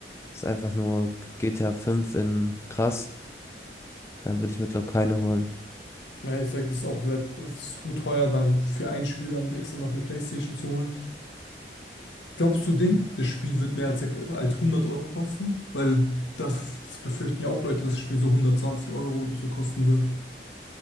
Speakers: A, on the left (about 15°); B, on the left (about 85°).
A: es einfach nur GTA 5 in krass, dann würde ich mir, glaube ich, keine holen.
B: Ja, ich sag, das ist auch sehr, das ist zu teuer, dann für ein Spiel dann extra noch eine PlayStation zu holen. Glaubst du, Ding, das Spiel wird mehr als, als hundert Euro kosten? Weil das, das befürchten ja auch Leute, dass das Spiel so hundertzwanzig Euro oder so kosten wird.